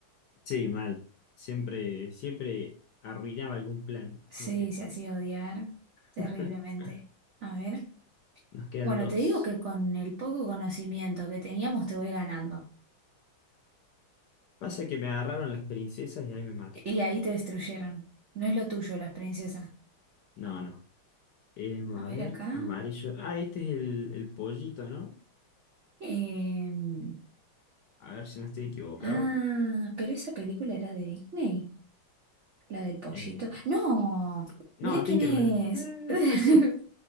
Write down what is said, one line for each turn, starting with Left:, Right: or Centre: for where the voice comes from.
Left: Sí, mal. Siempre, siempre arruinaba algún plan.
Right: Sí,
Left: Como que
Right: se hacía odiar terriblemente.
Left: <laughs>
Right: A ver.
Left: nos quedan
Right: Bueno,
Left: dos.
Right: te digo que con el poco conocimiento que teníamos te voy ganando.
Left: Pasa que me agarraron las princesas y ahí me mato.
Right: Y ahí te destruyeron. No es lo tuyo, las princesas.
Left: No, no. Em, a
Right: A ver
Left: ver,
Right: acá.
Left: amarillo. Ah, este es el, el pollito, ¿no?
Right: Em,
Left: A ver si no estoy equivocado.
Right: Ah, pero esa película era de Disney, la del pollito.
Left: Eh,
Right: No,
Left: No,
Right: mira quién
Left: Tinkerbell.
Right: es.
Left: <laughs>
Right: <laughs>